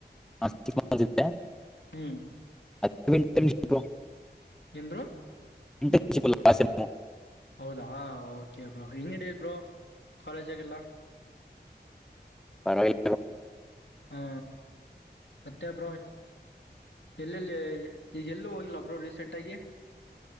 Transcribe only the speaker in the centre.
ಹಾ ಚಿಕ್ಕಿದ್ದೆ.
ಅಂಟರ್ನ್ಿಪ <unintelligible>
<unintelligible> <unintelligible>
ಪರವಾಗಿಲ್ಲಾ.